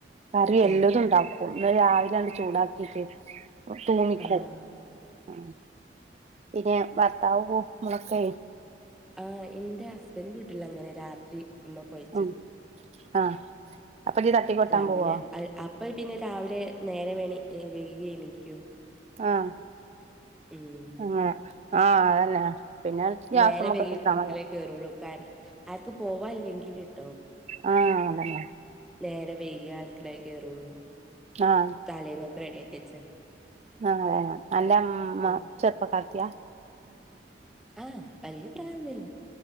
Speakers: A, on the right (about 40°); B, in the centre.
A: കറി എല്ലതും
B: ആഹ്
A: ഉണ്ടാക്കും എന്ന രാവിലെ അങ്ങ് ചൂടാക്കിയിട്ട് <unintelligible>
B: ആഹ്
A: പിന്നെ ഭർത്താവ് പൊമ്പളൊക്കെയേ
B: ആ എന്റെ ഹസ്ബൻഡിന്റെ വീട്ടിലങ്ങനെയാ രാത്രി ഇമ്മ കൊഴച്ച്ക്കും
A: ഉം ആഹ് അപ്പൊ ഇജ്ജ് തട്ടിക്കൊട്ടാൻ
B: രാവിലെ
A: പോവോ
B: അപ്പ പിന്നെ രാവിലെ നേരെ വേണ വൈകി എണിക്കും
A: ആഹ്
B: ഉം
A: ആഹ് ആഹ് അതന്നെ പിന്നെ ഗ്യാസുമ്മക്ക്
B: നേരെ വൈകിയെ
A: ഇട്ടാ
B: അടുക്കളെക്കു
A: മതി
B: കേയറോള്ളൂ കാരണം ആർക്കും പോകാനില്ലെങ്കിലേട്ടോ
A: ആ അതനെ
B: നേരെ വൈകിയെ അടുക്കളേല് കെയറുള്ളൂ
A: ആ ആ
B: തലേന്നൊക്കെ റെഡിയാക്കി വെചേതി
A: ആ അന്റെ അമ്മ
B: ഉം
A: ചെറുപ്പക്കാരത്തിയ
B: ആഹ് വല്യ പ്രായൊന്നില്ല